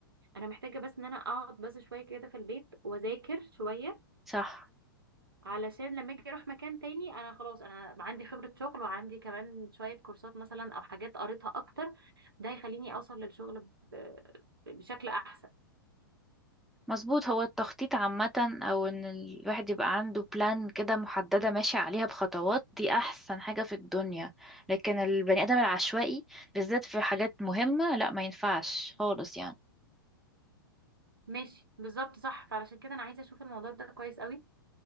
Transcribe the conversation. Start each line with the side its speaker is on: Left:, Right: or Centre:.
Right: انا محتاجه بس ان انا اقعد بس شويه كده في البيت واذاكر شويه
Centre: صح
Right: علشان لما اجي اروح مكان تاني انا خلاص انا عندي خبرة شغل وعندي كمان شوية كورسات مثلا او حاجات قريتها اكتر ده هيخليني اوصل للشغل ب- بشكل احسن
Centre: مظبوط هو التخطيط عامه او ان الواحد يبقى عنده بلان كده محدده ماشي عليها بخطوات دي احسن حاجه في الدنيا لكن البني ادم العشوائي بالذات في حاجات مهمه لا ما ينفعش خالص يعني
Right: ماشي بالظبط صح فعلشان كده انا عايزة اشوف الموضوع ده كويس قوي